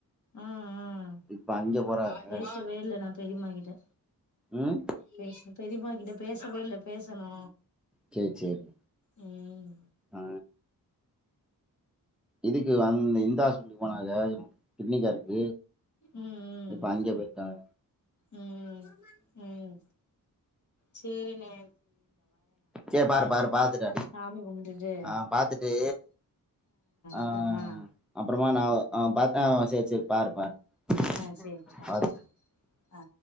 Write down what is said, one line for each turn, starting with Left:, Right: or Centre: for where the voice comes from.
Left: ஆ ஆ
Centre: இப்ப அங்க போறாக
Left: பேசவேல்ல ந பெரிமாகிட்ட
Centre: ம்
Left: பேஸ் பெரிமா இத பேசவே இல்ல பேசணு
Centre: சேரி சேரி
Left: ம்
Centre: ஆ இதுக்கு அந் இந்தா ஹாஸ்டலுக் போனாக ட்னிக்காருக்கு
Left: ம்
Centre: இப்போ அஞ்ச பேய்ட்டாக
Left: ம் ம் சேரி நே
Centre: சே பாரு பாரு பாத்துட்ட
Left: சாமி கும்ட்டுட்டு
Centre: ஆ பாத்துட்டு ஆ
Left: அப்புறமா
Centre: அப்பறமா நாவ ஆ பாத்தா வு சேர் சேர் பாரு பாரு
Left: ஆ சேரிண்ணா பண்றேண்ணா ஆ